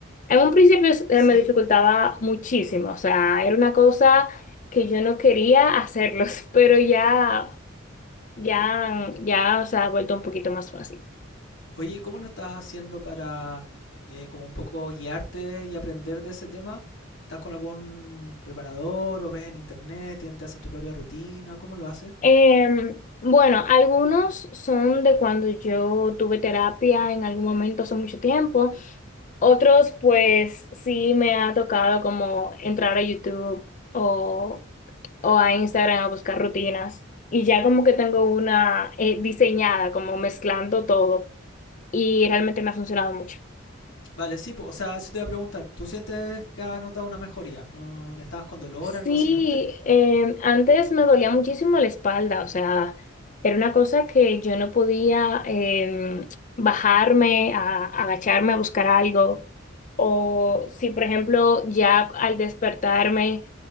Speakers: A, on the left; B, on the left.
A: En un principio
B: Sí,
A: eh, me dificultaba muchísimo, o sea, era una cosa que yo no quería hacerlos, <laughs> pero ya, ya, ya, o sea, ha vuelto un poquito más fácil.
B: Oye, ¿y ¿cómo lo estás haciendo para eh, como un poco guiarte y aprender de ese tema? ¿Estás con algún preparador o ves en internet, tien- te haces tu propia rutina? ¿Cómo lo haces?
A: Em, bueno, algunos son de cuando yo tuve terapia en algún momento hace mucho tiempo. Otros, pues sí me ha tocado como entrar a YouTube o, o a Instagram a buscar rutinas y ya como que tengo una eh, diseñada, como mezclando todo y realmente me ha funcionado mucho.
B: Vale, sí, pues, o sea, eso te iba a preguntar. ¿Tú sientes que has notado una mejoría? ¿No estabas con dolor,
A: Sí,
B: algo así antes?
A: em, antes me dolía muchísimo la espalda, o sea, era una cosa que yo no podía em, bajarme, a, agacharme a buscar algo. O si, por ejemplo, ya al despertarme